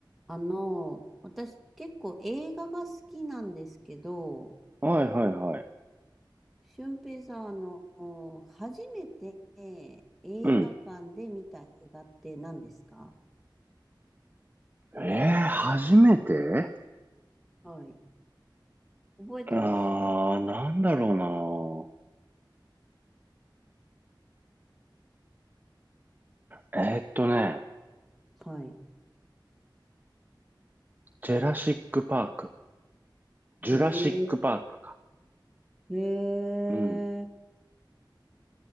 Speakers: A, in the centre; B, on the right.
A: あの、私結構映画が好きなんですけど、
B: はいはいはい。
A: 俊平さん、あの、初めて映画館で見た映画って何ですか
B: うん。えー、初めて
A: はい。覚えてます
B: あー、なんだろうな。えーっとね、
A: はい。
B: ジェラシックパーク。
A: へえ、
B: ジュラシックパークか。
A: へえ、
B: うん。